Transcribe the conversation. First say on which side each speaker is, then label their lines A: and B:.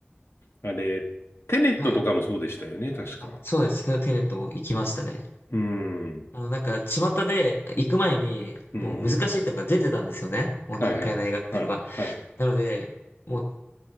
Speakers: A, on the left; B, on the left.
A: あれ、テネットとかもそうでしたよね、
B: はい。
A: 確か。
B: あ、そうです。テテネットも行きましたね。
A: うん。
B: あの、なんか、巷で行く前に、
A: うん。
B: もう難しいっていうのが出てたんですよね。もう難解な映画っていうのが。
A: はいはい。はい。はい。
B: なので、もう、